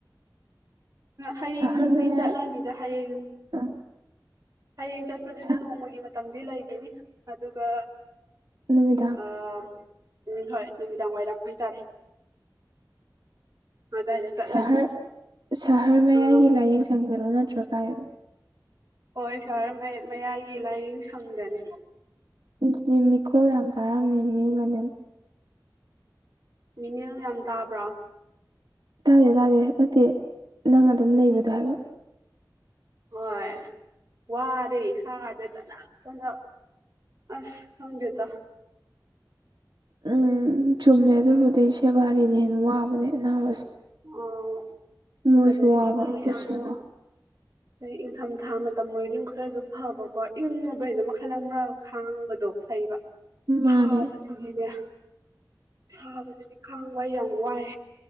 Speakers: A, on the right (about 45°); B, on the right (about 75°).
A: ꯍꯌꯦꯡꯗꯤ
B: ꯁꯍꯔ ꯃꯌꯥꯏ
A: ꯆꯠꯂꯅꯤꯗ ꯍꯌꯦꯡ
B: ꯑ
A: ꯍꯌꯦꯡ ꯆꯠꯄꯁꯤꯁꯨ
B: ꯁ
A: ꯅꯣꯡꯃꯒꯤ ꯃꯇꯝꯗꯤ ꯂꯩꯒꯤꯅꯤ ꯑꯗꯨꯒ
B: ꯅꯨꯃꯤꯗꯥꯥꯡ
A: ꯑꯥ ꯎꯝ ꯍꯣꯏ ꯅꯨꯃꯤꯗꯥꯡ ꯋꯥꯏꯔꯝ ꯍꯥꯏꯇꯥꯔꯦ ꯑꯗꯨꯋꯥꯏꯗ ꯆꯠꯂꯅꯤ
B: ꯁꯍ꯭ꯔ ꯁꯍ꯭ꯔ ꯃꯌꯥꯏꯒꯤ
A: ꯑꯥ
B: ꯂꯥꯏꯌꯦꯡ ꯁꯪꯗꯔꯣ ꯅꯠꯇ꯭ꯔ ꯀꯥꯏꯗꯅꯣ
A: ꯍꯣꯏ ꯁꯥꯔ ꯃ ꯃꯌꯥꯒꯤ ꯂꯥꯏꯌꯦꯡ ꯁꯪꯗꯅꯤ
B: <unintelligible> ꯃꯤꯀꯣꯜ ꯌꯥꯝ ꯇꯥꯔꯝꯃꯦ ꯃꯤ ꯃꯅꯝ
A: ꯃꯤꯅꯤꯜ ꯌꯥꯝ ꯇꯥꯕ꯭ꯔꯣ
B: ꯇꯥꯗꯦ ꯇꯥꯗꯦ ꯅꯠꯇꯦ ꯅꯪ ꯑꯗꯨꯝ ꯂꯩꯕꯗꯣ ꯍꯥꯏꯕ
A: ꯍꯣꯏ ꯋꯥꯔꯦ ꯏꯁꯥꯒꯁꯦ ꯆꯅꯞ ꯆꯅꯞ ꯑ꯭ꯁ ꯈꯪꯗꯦꯗ
B: ꯎꯝ ꯆꯨꯝꯃꯦ ꯑꯗꯨꯕꯨꯗꯤ ꯁꯦꯕꯥꯔꯤꯅ ꯍꯦꯟ ꯋꯥꯕꯅꯦ ꯑꯅꯥꯕꯁꯦ
A: ꯑꯣ
B: ꯃꯣꯏꯁꯨ
A: ꯑꯗꯒꯤ
B: ꯋꯥꯕ ꯑꯩꯈꯣꯏꯁꯨ
A: ꯑꯃꯨꯛ
B: ꯋꯥꯕ
A: ꯑ ꯏꯪꯊꯝꯊꯥ ꯃꯇꯝ ꯑꯣꯏꯔꯗꯤ ꯃ ꯈꯔꯁꯨ ꯐꯕꯀꯣ ꯏꯪ <unintelligible> <unintelligible> ꯈꯥꯡꯕꯗꯣ ꯐꯩꯕ ꯁꯥꯕꯁꯤꯗꯤꯅꯦ
B: ꯃꯥꯅꯦ
A: ꯁꯥꯕ ꯁꯤꯗꯤ ꯈꯥꯡ ꯑꯩ ꯌꯥꯝ ꯋꯥꯏ